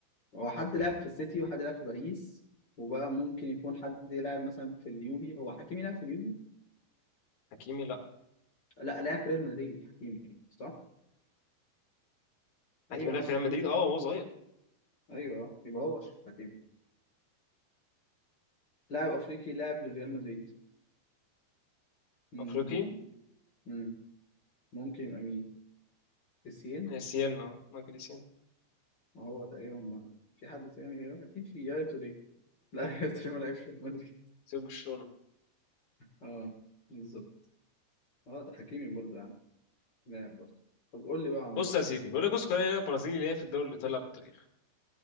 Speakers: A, on the left; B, on the left.
A: هو حد
B: لا.
A: لعب في السيتي وحد لعب في باريس وبقى ممكن يكون حد لعب مثلا في اليوفي هو حكيمي لعب في اليوفي
B: حكيمي لا
A: لا لعب في ريال مدريد حكيمي صح
B: حكيمي
A: ايوه
B: لعب
A: يا عم
B: في ريال
A: حكيمي
B: مدريد اه وهو صغير
A: ايوه يبقى هو اشرف حكيمي لاعب افريقي لاعب لريال مدريد مم.
B: افريقي
A: مم. ممكن يبقى مين السين
B: سيانا مايكل سيانا
A: هو تقريبا ما- في حد تاني غيره اكيد في يا توري <laughs> لا يا توري ما لعبش في ريال مدريد
B: سيب برشلونة
A: اه بالظبط اه ده حكيمي برضه يعني لاعب برضه طب قول لي بقى يا عمرو
B: بص يا سيدي بقول لك بص كوريا لعب برازيلي اللي هي في الدوري الايطالي لعب بالتاريخ